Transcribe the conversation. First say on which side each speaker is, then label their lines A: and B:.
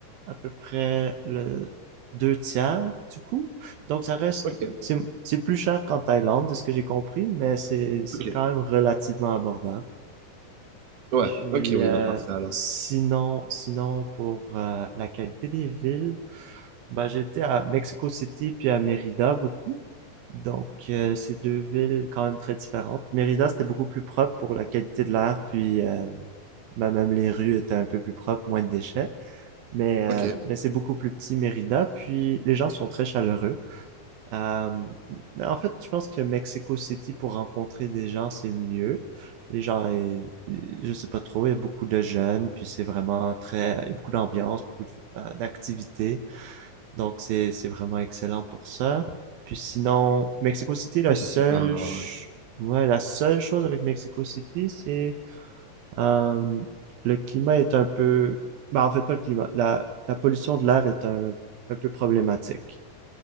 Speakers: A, on the right; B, on the right.
A: à peu près le deux tiers du coût. Donc ça reste,
B: Ok,
A: c'est c'est plus cher qu'en Thaïlande, de ce que j'ai compris, mais c'est c'est
B: Ok.
A: quand même relativement abordable.
B: Ouais,
A: Puis
B: ok, oui,
A: euh,
B: bah parfait alors.
A: sinon, sinon pour euh, la qualité des villes, bah, j'étais à Mexico City puis à Mérida beaucoup. Donc, euh, c'est deux villes quand même très différentes. Mérida, c'était beaucoup plus propre pour la qualité de l'air, puis euh, bah, même les rues étaient un peu plus propres, moins de déchets. Mais,
B: Ok.
A: euh, mais c'est beaucoup plus petit, Mérida, puis les gens sont très chaleureux. Euh, mais en fait, je pense que Mexico City, pour rencontrer des gens, c'est mieux. Les gens, euh, je sais pas trop, il y a beaucoup de jeunes, puis c'est vraiment très, il y a beaucoup d'ambiance, beaucoup de- euh, d'activités. Donc, c'est, c'est vraiment excellent pour ça. Puis sinon, Mexico City, la
B: Ça, c'est
A: seule,
B: super alors,
A: ch-
B: ouais.
A: ouais, la seule chose avec Mexico City, c'est euh, le climat est un peu, bah en fait pas le climat, la, la pollution de l'air est un, un peu problématique.